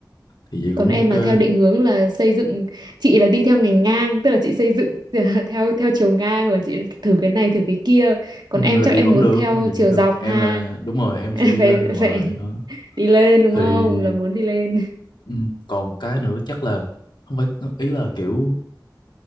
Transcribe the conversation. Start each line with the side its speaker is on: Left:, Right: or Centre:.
Left: thì vậy
Right: còn
Left: cũng
Right: em
Left: ok.
Right: là theo định hướng là xây dựng chị là đi theo ngành ngang tức là chị xây dựng <laughs> theo theo chiều ngang là chị thử cái này thử cái kia còn
Left: Ừ,
Right: em
Left: làm
Right: chắc
Left: gì
Right: em
Left: vẫn
Right: muốn
Left: được
Right: theo
Left: làm gì vẫn
Right: chiều
Left: được
Right: dọc
Left: em
Right: ha
Left: là đúng rồi em
Right: <laughs>
Left: sẽ đi
Right: phải
Left: lên hoài
Right: phải
Left: đó
Right: đi lên đúng
Left: thì
Right: không là muốn đi lên
Left: ừ, còn cái nữa chắc là không phải ý là kiểu